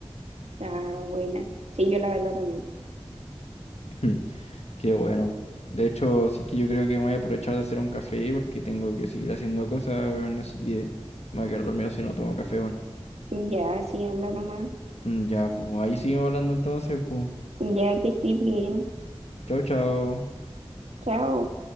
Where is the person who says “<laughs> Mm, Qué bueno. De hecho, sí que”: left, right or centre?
Left